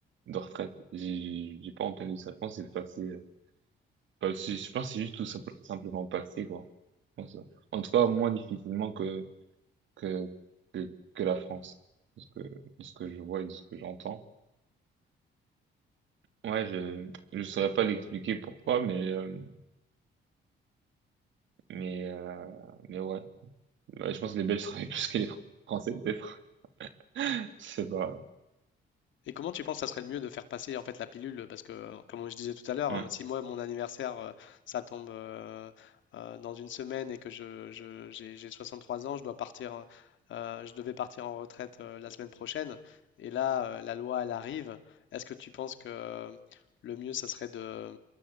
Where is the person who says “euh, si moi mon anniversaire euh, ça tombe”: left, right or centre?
Left